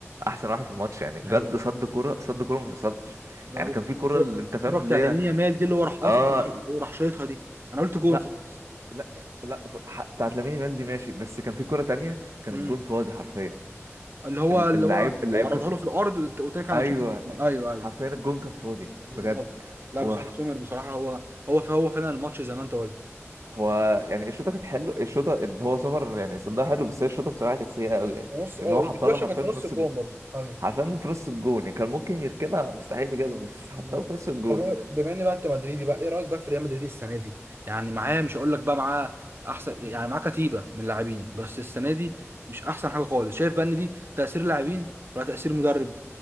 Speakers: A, on the right; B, on the right.
A: احسن واحد في الماتش يعني بجد
B: الحقيقه
A: صد كوره صد كوره ما تصدش
B: ده
A: يعني كان في كوره اللي
B: الكوره
A: انت فاهم
B: بتاع
A: اللي هي
B: لامين يامال دي اللي هو راح قاطع
A: اه
B: وراح وراح شايطها دي انا قلت جون
A: لا
B: خلاص
A: لا لا ح- بتاعت لامين يامال دي ماشي بس كان في كوره تانية كان
B: امم
A: الجون فاضي حرفيا
B: اللي هو
A: ال-
B: اللي
A: اللعيب
B: هو
A: اللعيب
B: عرضها
A: كان
B: له في الارض والت- والتاني كان
A: ايوه
B: هيشوط ايوه ايوه
A: حرفيا الجون كان فاضي
B: بالظبط
A: بجد
B: لا
A: وراح
B: بصراحه سومر بصراحه هو هو هو فعلا الماتش زي ما انت قلت
A: هو يعني الشوطه كانت حلوه الشوطه اللي هو سمر يعني صندها حلو بس هي الشوطه بصراحه كانت سيئه قوي
B: في
A: يعني
B: نص اه
A: لان هو حطها
B: كانت وحشه
A: له حرفيا
B: كانت في نص
A: في نص
B: الجون
A: الج-
B: برضه ايوه
A: حرفيا في نص الجون يعني كان ممكن يركنها مستحيل يجيبها بس
B: مم.
A: حطها له في نص الجون
B: طب إيه- بما ان بقى انت مدريدي بقى ايه رايك بقى في ريال مدريد السنه دي يعني معاه مش هقول لك بقى معاه احسن يعني معاه كتيبه من لاعبين بس السنه دي مش احسن حاجه خالص شايف بقى ان دي تاثير لاعبين ولا تاثير مدرب